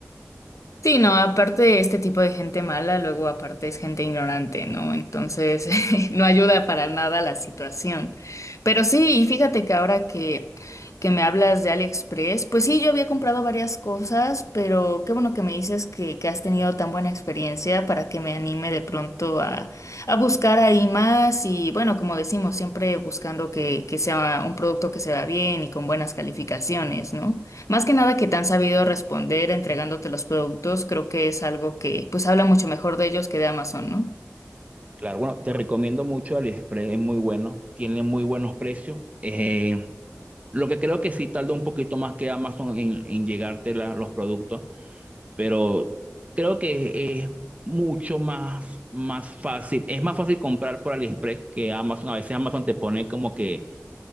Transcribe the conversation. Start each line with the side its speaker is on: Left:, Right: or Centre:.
Left: Sí, no, aparte este tipo de gente mala, luego aparte es gente ignorante, ¿no? Entonces <laughs> no ayuda para nada la situación. Pero sí, y fíjate que ahora que, que me hablas de AliExpress, pues sí, yo había comprado varias cosas, pero qué bueno que me dices que, que has tenido tan buena experiencia para que me anime de pronto a, a buscar ahí más y bueno, como decimos, siempre buscando que, que sea un producto que se vea bien y con buenas calificaciones, ¿no? Más que nada que te han sabido responder entregándote los productos, creo que es algo que pues habla mucho mejor de ellos que de Amazon, ¿no?
Right: Claro, bueno, te recomiendo mucho AliExpress, es muy bueno, tiene muy buenos precios. Eh, lo que creo que sí tarda un poquito más que Amazon en, en llegarte la- los productos pero creo que es mucho más, más fácil. Es más fácil comprar por AliExpress que Amazon. A veces Amazon te pone como que